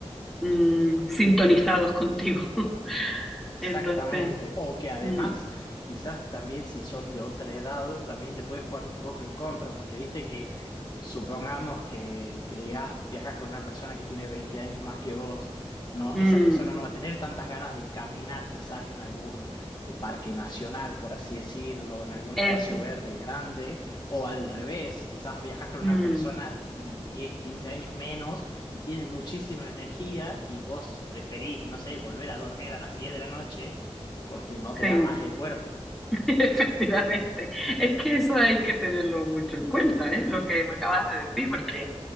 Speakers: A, in the centre; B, on the left (about 40°).
A: mm, sintonizados contigo. <laughs>
B: Exactamente.
A: Entonces...
B: O que además,
A: mm,
B: quizás también si son de otra edad, también te puedes jugar un poco en contra, porque viste que supongamos que, que digas, viajas con una persona que tiene 20 años más que vos, no,
A: mm,
B: esa persona no va a tener tantas ganas de caminar quizás en algún eh, parque nacional, por así decirlo, en algún
A: es
B: espacio verde grande, o al revés, quizás viajas con
A: Mm,
B: una persona de 10, 15 años menos y tienes muchísima energía y vos preferís, no sé, volver a dormir a las 10 de la noche porque no te
A: sí,
B: da más el cuerpo.
A: <laughs> efectivamente. Es que eso hay que tenerlo mucho en cuenta, ¿eh? Lo que me acabas de decir, porque